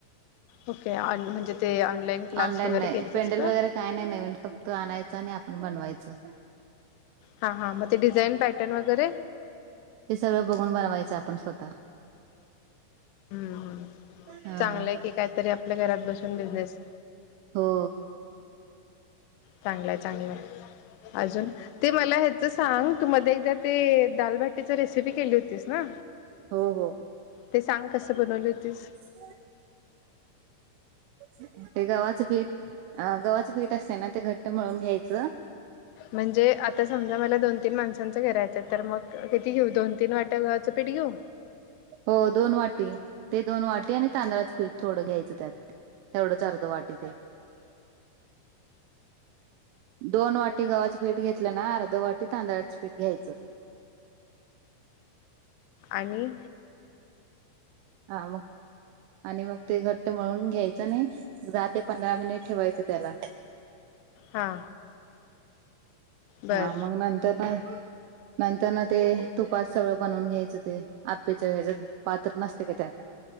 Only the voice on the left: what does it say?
ओके म्हणजे ते ऑनलाईन क्लास
वगैरे
केलतीस
का
हा हां मग ते डिझाईन पॅटर्न वगैरे
हम्म
चांगलंय की काहीतरी आपल्या घरात बसून बिझनेस
चांगलंय चांगलंय अजून ते मला तर सांग तू मध्ये एकदा ते दालभटीच रेसिपी केली होतीस ना
ते सांग कस बनवली होतीस
म्हणजे आता समजा मला दोन तीन माणसांचं करायचंय. तर मग किती घेऊ दोन तीन वाट्या गव्हाच पीठ घेऊ
आणि‌‌
हां बरं